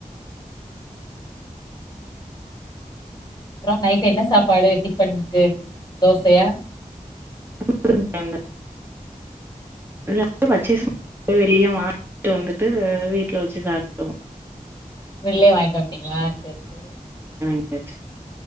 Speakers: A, on the left; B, on the right.
A: அப்றோ நைட் என்ன சாப்பாடு டிஃபனுக்கு தோசையா
B: <unintelligible> <unintelligible> பச்செசு ய வெளிய வாங்கிட்டு வந்துட்டு வீட்ல வச்சு சாப்டுவோ
A: வெள்ளைய வாங்கிண்டு வண்டிங்ளா செர் செரி
B: எச்